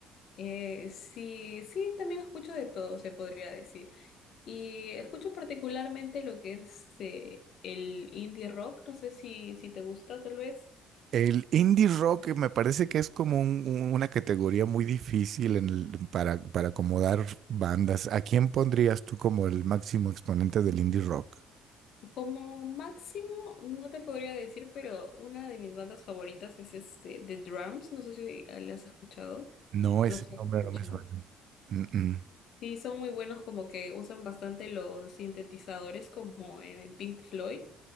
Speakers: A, on the left (about 60°); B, on the right (about 60°).
A: eh, sí, sí, también escucho de todo, se podría decir. Y escucho particularmente lo que es este, el indie rock, no sé si, si te gusta, tal vez.
B: El indie rock me parece que es como un- un- una categoría muy difícil en el- para, para acomodar bandas. ¿A quién pondrías tú como el máximo exponente del indie rock?
A: Como máximo, no te podría decir, pero una de mis bandas favoritas es este, The Drums, no sé si ah, las has escuchado.
B: No, ese
A: ¿Los has
B: nombre
A: escuchado?
B: no me suena. Mm, mm.
A: Sí, son muy buenos, como que usan bastante los sintetizadores como en Pink Floyd.